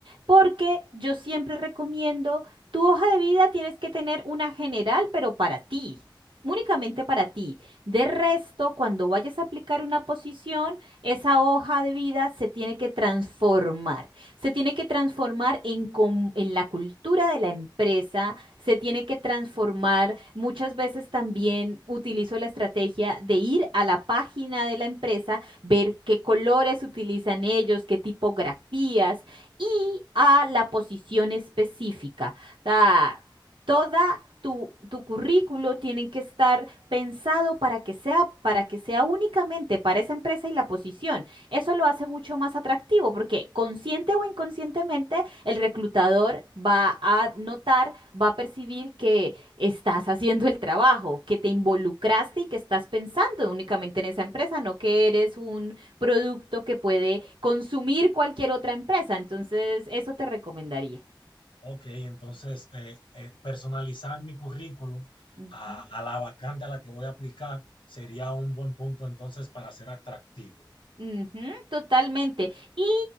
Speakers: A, on the right; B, on the left.
A: Porque yo siempre recomiendo, tu hoja de vida tienes que tener una general, pero para ti, únicamente para ti. De resto, cuando vayas a aplicar una posición, esa hoja de vida se tiene que transformar. Se tiene que transformar en, com- en la cultura de la empresa se tiene que transformar. Muchas veces también utilizo la estrategia de ir a la página de la empresa, ver qué colores utilizan ellos, qué tipografías y a la posición específica. O sea, toda tu, tu currículo tiene que estar pensado para que sea, para que sea únicamente para esa empresa y la posición. Eso lo hace mucho más atractivo porque consciente o inconscientemente el reclutador va a notar, va a percibir que estás haciendo el trabajo, que te involucraste y que estás pensando únicamente en esa empresa, no que eres un producto que puede consumir cualquier otra empresa. Entonces, eso te recomendaría.
B: Ok, entonces eh, eh, personalizar mi currículum
A: Ujú.
B: a, a la vacante a la que voy a aplicar sería un buen punto entonces para ser atractivo.
A: Ujú, totalmente. Y